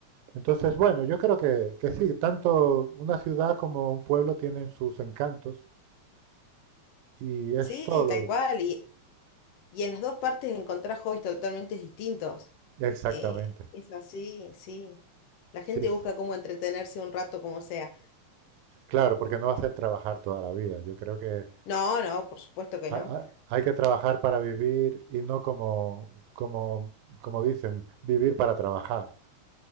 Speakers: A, on the right (about 85°); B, on the left (about 65°).
A: Entonces, bueno, yo creo que, que sí, tanto una ciudad como un pueblo tienen sus encantos y es
B: Sí,
A: solo...
B: tal cual. Y, y en las dos partes encontrás hobbies totalmente distintos.
A: Exactamente,
B: Eh, es así, sí. La
A: sí,
B: gente
A: sí.
B: busca cómo entretenerse un rato como sea.
A: Claro, porque no va a ser trabajar toda la vida. Yo creo que
B: No, no, por supuesto que
A: ha-
B: no.
A: ha- hay que trabajar para vivir y no como, como, como dicen, vivir para trabajar.